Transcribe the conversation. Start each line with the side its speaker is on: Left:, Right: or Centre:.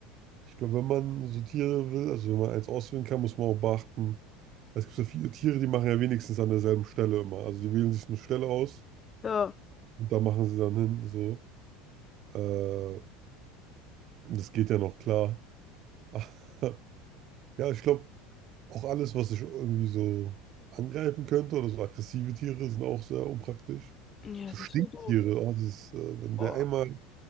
Right: Ich glaube, wenn man so Tiere will, also wenn man eins auswählen kann, muss man auch beachten, weil es gibt so viele Tiere, die machen ja wenigstens an derselben Stelle immer. Also die wählen sich eine Stelle aus
Left: Ja,
Right: und da machen sie dann hin, so. Äh, das geht ja noch klar. <laughs> Ja, ich glaube, auch alles, was sich irgendwie so angreifen könnte oder so aggressive Tiere, sind auch sehr unpraktisch.
Left: ja,
Right: So Stinktiere,
Left: das wäre doof.
Right: oh, dieses, äh, wenn
Left: Boah,
Right: der einmal